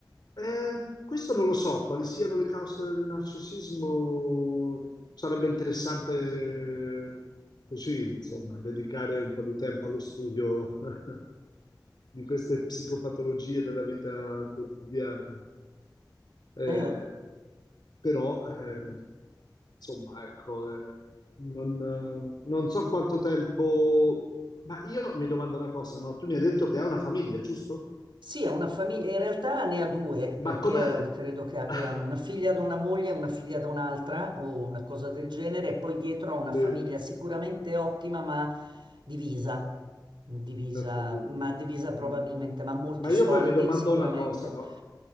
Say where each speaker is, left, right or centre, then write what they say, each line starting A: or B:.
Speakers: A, on the left (about 65°); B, on the right (about 85°).
A: Eh, questo non lo so, quali siano le cause del narcisismo. Sarebbe interessante eh, così, insomma, dedicare un po' di tempo allo studio <laughs> di queste psicopatologie della vita quotidiana. Eh,
B: Eh, oh.
A: però, eh, insomma, ecco, eh, non, eh, non so quanto tempo... Ma io mi domando una cosa, no? Tu mi hai detto che hai una famiglia, giusto?
B: Sì, è una famiglia, in realtà ne ha due, perché
A: Ma come...
B: credo che abbia
A: <laughs>
B: una figlia da una moglie e una figlia da un'altra o una cosa del genere, e poi dietro ha una famiglia
A: Sì.
B: sicuramente ottima, ma divisa, divisa,
A: Ho capito.
B: ma divisa probabilmente,
A: Mm.
B: ma ha molti
A: Ma
B: soldi
A: io poi mi domando
B: sicuramente.
A: una cosa, no?